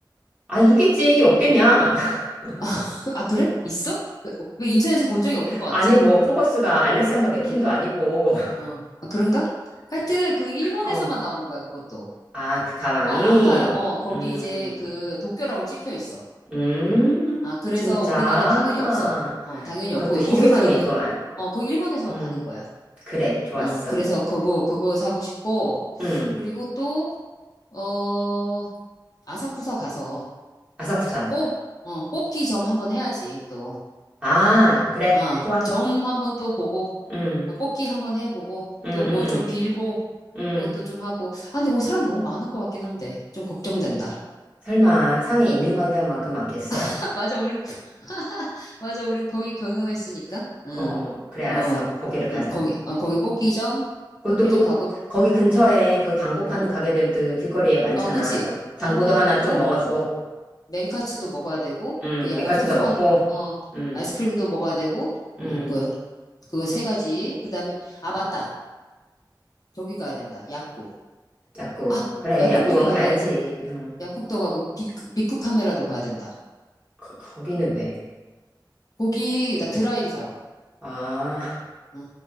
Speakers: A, on the right (about 15°); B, on the left (about 50°).
A: 아, 있겠지, 없겠냐? <laughs>
B: 아, <laughs> 아, 그래? 있어? 왜, 왜 인천에서 본 적이 없는 것 같지?
A: 아니, 뭐, 컨버스가 알렉산더 맥퀸도
B: 응,
A: 아니고, <laughs>
B: 어. 아, 그런가? 하여튼, 그, 일본에서만
A: 어.
B: 나오는 거야, 그것도.
A: 아, 그 가방이?
B: 아, 안 팔아. 어, 거기
A: 음,
B: 이제 그, 도쿄라고 찍혀 있어.
A: 음,
B: 아, 그래서
A: 진짜.
B: 우리나라엔 당연히 없어. 어, 당연히 없고,
A: 그것도 희소성이
B: 거기만 있는,
A: 있구만.
B: 어, 거기 일본에서만
A: 음,
B: 파는 거야.
A: 그래, 좋았어.
B: 어, 그래서 그거, 그거 사고 싶고,
A: 음,
B: 그리고 또, 어, 아사쿠사 가서
A: 아사쿠사.
B: 뽑, 어, 뽑기 점 한번 해야지, 또.
A: 아, 그래,
B: 아,
A: 좋아.
B: 점 한번 또 보고,
A: 음,
B: 어, 뽑기 한번 해보고,
A: 음,
B: 또 뭐
A: 음,
B: 좀 빌고,
A: 음, 음.
B: 그것도 좀 하고. 아, 근데 거기 사람 너무 많을 것 같긴 한데. 좀 걱정된다.
A: 설마 상해 인민광장만큼 많겠어?
B: <laughs> 맞아, 우린, <laughs> 맞아, 우린 거기 경영했으니까. 응,
A: 어, 그래, 알았어.
B: 어,
A: 거기를 가자.
B: 응, 거기, 어, 거기 뽑기점,
A: 그것도
B: 뽑기점
A: 그, 그,
B: 가고,
A: 거기 근처에 그 단고 파는
B: 응,
A: 가게들도 길거리에 많잖아.
B: 어, 그치.
A: 그래서 단고도
B: 당고도
A: 하나
B: 있고,
A: 좀 먹어주고,
B: 맨카츠도 먹어야 되고,
A: 음,
B: 그 약간
A: 맨카츠도
B: 소소한,
A: 먹고,
B: 어,
A: 음,
B: 아이스크림도 먹어야 되고, 어,
A: 음.
B: 그, 그 세 가지. 그 다음에, 아, 맞다. 저기 가야 된다. 약국.
A: 약국.
B: 아,
A: 그래,
B: 약국도
A: 약국은
B: 가야
A: 가야지.
B: 되고,
A: 응.
B: 약국도 가고, 빅, 빅쿠 카메라도 가야 된다.
A: 거, 거기는 왜?
B: 거기, 나 드라이기 사러.
A: 아,
B: 어,